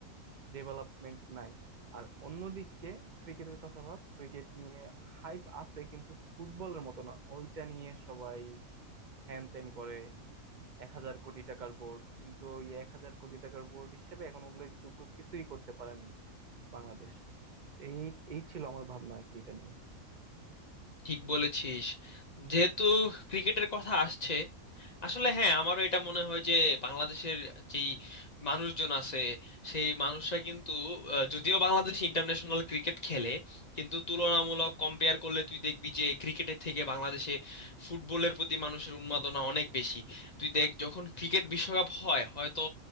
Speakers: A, on the right; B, on the left.
A: ডেভেলপমেন্ট নাই আর অন্যদিকে ক্রিকেটের কথা ভাব ক্রিকেট নিয়ে হাইপ আছে কিন্তু ফুটবলের মতো না ওইটা নিয়ে সবাই হ্যান ত্যান করে এক হাজার কোটি টাকার বোর্ড কিন্তু ওই এক হাজার কোটি টাকার বোর্ড হিসেবে এখন উল্লেখযোগ্য কিছুই করতে পারেনি বাংলাদেশ এই এই ছিল আমার ভাবনা আর কি এটা নিয়ে
B: ঠিক বলেছিস যেহেতু ক্রিকেটের কথা আসছে আসলে হ্যাঁ আমারও এটা মনে হয় যে বাংলাদেশের যেই মানুষজন আছে সেই মানুষরা কিন্তু আহ, যদিও বাংলাদেশ ইন্টারন্যাশনাল ক্রিকেট খেলে কিন্তু তুলনামূলক কম্পেয়ার করলে তুই দেখবি যে ক্রিকেটের থেকে বাংলাদেশে ফুটবলের প্রতি মানুষের উন্মাদনা অনেক বেশি তুই দেখ যখন ক্রিকেট বিশ্বকাপ হয় হয়তো